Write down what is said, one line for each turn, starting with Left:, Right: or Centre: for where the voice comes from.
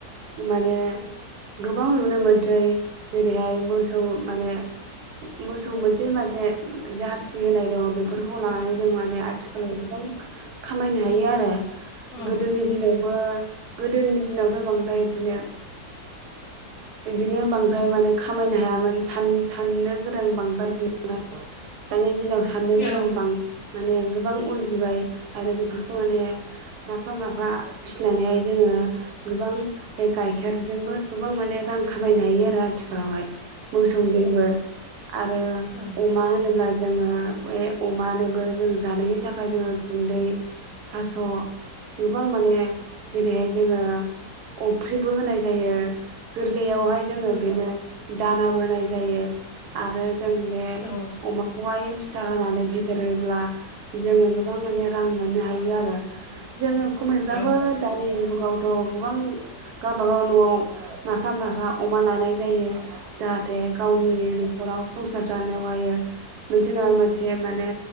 Right: माने गोबां नुनो मोनसै जेरैहाय मोसौ माने मोसौ मोनसे माथे जारसि होनाय दङ बेफोरख बेखौ लानानै जों माने आथिखालाव गोबां खामायनो हायो आरो। गोदोनि
Left: ओं
Right: दिनावबो गोदोनि दिनावथ' बांद्राय बिदिनो बिदिनो बांद्राय माने खामायनो हायामोन सान साननो गोरों बांद्राय गैयामोन दानि दिनाव साननो गोरों
Left: औ
Right: बां माने गोबां उजिबाय आरो बेफोरखौ माने मा माफा माफा फिसिनानैहाय जोङो गोबां बे गाइखेरजोंबो गोबां माने रां खामायनो हायो आरो आथिखालावहाय मोसौ जोंबो आरो
Left: औ
Right: अमा होनोब्ला जोङो बे अमानोबो जों जानायनि थाखाय जोङो गुन्दै थास' गोबां माने जेरैहाय जोङो अफ्रिबो होनाय जायो। गोरलैयावहाय जोङो बेनो दानाबो होनाय जायो आरो जों बे
Left: औ
Right: अमाखौहाय फिसा होनानै फेदेरोब्ला जोङो गोबां माने रां मोननो हायो आरो। जोङो खमैब्लाबो
Left: ओं
Right: दानि जुगावथ' गोबां गावबागाव न'आव माफा माफा अमा लानाय जायो जाहाथे गावनि न'खराव संसार जानायावहायो मोनसे नङा मोनसे माने